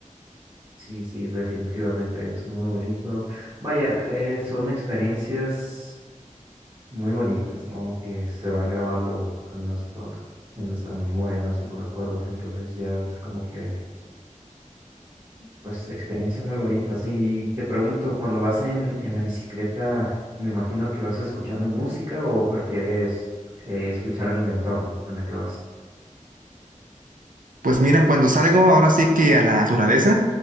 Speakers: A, on the right; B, on the right.
A: sí, sí, definitivamente es muy bonito. Vaya, eh, son experiencias muy bonitas, ¿no? Que se van grabando en nuestros, en nuestra memoria, en nuestros recuerdos. Entonces ya es como que, pues, experiencias muy bonitas. Y te pregunto, cuando vas en, en la bicicleta, me imagino que vas escuchando música o prefieres eh, escuchar el entorno en el que vas.
B: Pues mira, cuando salgo ahora sí que a la naturaleza,